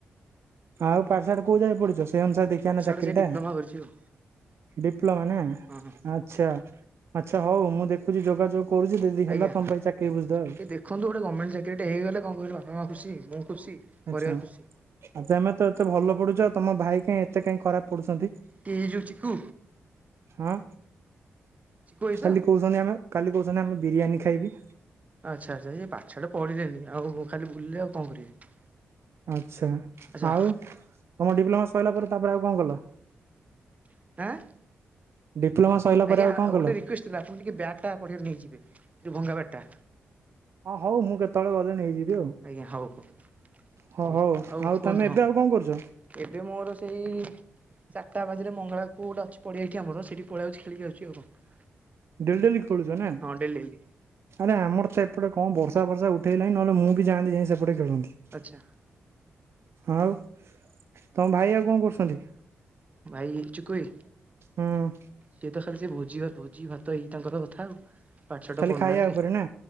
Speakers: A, on the right (about 60°); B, on the right (about 30°).
A: ଆଉ ପାଠଶାଠ କୋଉ ଯାଇ ପଢ଼ିଛ ସେ ଅନୁସାରେ ଦେଖିବାଆ
B: ପାଠ
A: ନା
B: ଶାଠ
A: ଚାକିରିଟା।
B: ସେଇ ଡିପ୍ଲୋମା କରିଛି ଆଉ ହଁ
A: ଡିପ୍ଲୋମା ନା
B: ହଁ
A: ଆଚ୍ଛା। ଆଚ୍ଛା ହଉ ମୁଁ ଦେଖୁଛି ଯୋଗାଯୋଗ କରୁଛି ଯଦି ହେଲା
B: ଆଜ୍ଞା
A: ତମ ପାଇଁ ଚାକିରି ବୁଝି ଦେବା
B: ଟିକେ
A: ଆଉ।
B: ଦେଖନ୍ତୁ ଗୋଟେ ଗମେଣ୍ଟ ଚାକିରିଟେ ହେଇଗଲେ କଣ କହିଲ ବାପା ମା ଖୁସି ମୁଁ ଖୁସି ପରିବାର
A: ଆଚ୍ଛା
B: ଖୁସି।
A: ତମେ ତ ଏତେ ଭଲ ପଢ଼ୁଛ ତମ ଭାଇ କାଇଁ ଏତେ କାହିଁ ଖରାପ ପଡୁଛନ୍ତି
B: କି ଏଇ ଯୋଉ ଚିକୁ
A: ହଁ
B: ଚିକୁ ଭାଇ
A: ଖାଲି
B: ତ
A: କହୁଛନ୍ତି ଆମେ କାଲି କହୁଛନ୍ତି ଆମେ ବିରିୟାନୀ ଖାଇବି
B: ଆଚ୍ଛା ଆଚ୍ଛା ସେଇ ପାଠଶାଠ ପଢିଲେଣିି ଆଉ ଖାଲି ବୁଲିଲେ ଆଉ କଣ କରିବେ
A: ଆଚ୍ଛା
B: ଆଚ୍ଛା
A: ଆଉ ତମ ଡିପ୍ଲୋମା ସରିଲା ପରେ ତାପରେ ଆଉ କଣ କଲ?
B: ଆଁ
A: ଡିପ୍ଲୋମା ସରିଲା
B: ଆଜ୍ଞା
A: ପରେ ଆଉ କଣ
B: ଗୋଟେ
A: କଲ?
B: ରିକ୍ୱେଷ୍ଟ ଆପଣ ଟିକେ ବ୍ୟାଟ ଟା ପଡ଼ିଆରେ ନେଇଯିବେ ଯୋଉ ଭଙ୍ଗା ବ୍ୟାଟ ଟା।
A: ହଁ ହଉ ମୁଁ କେତେବେଳେ ଗଲେ ନେଇଯିବି ଆଉ।
B: ଆଜ୍ଞା ହଉ ହଉ
A: ହଁ
B: ହଉ ଆଉ କୁହନ୍ତୁ
A: ତମେ ଏବେ
B: କଣ?
A: ଆଉ କରୁଛ?
B: ଏବେ ମୋର ସେଇ ଚାରିଟା ବାଜିଲେ ମଙ୍ଗଳା କୁ ଗୋଟେ ଅଛି ପଡିଆ ଏଠି ଆମର ସେଠି ପଳେଇ ଆଉଚି ଖେଳି କି ଆସୁଛି ଆଉ କଣ?
A: ଡେଲ ଡେଲି ଖେଳୁଛ ନା?
B: ହଁ ଡେଲି ଡେଲି।
A: ଆରେ ଆମର ତ ଏପଟେ କଣ ବର୍ଷା ବର୍ଷା ଉଠେଇଲାଣିି ନହେଲେ ମୁଁ ବି ଯାଆନ୍ତି ଯାଇଁ ସେପଟେ ଖେଳନ୍ତି।
B: ଆଚ୍ଛା।
A: ଆଉ ତମ ଭାଇ ଆଉ କଣ କରୁଛନ୍ତି?
B: ଭାଇ ଚିକୁ ଭାଇ
A: ହଁ।
B: ସିଏ ତ ଖାଲି ସେ ଭୋଜି ଭୋଜି ଭାତ ହେଇ ତାଙ୍କର କଥା ଆଉ। ପାଠ ସାଠ
A: ଖାଲି
B: ପଢ଼ୁନାହାନ୍ତି
A: ଖାଇବା ଉପରେ ନା?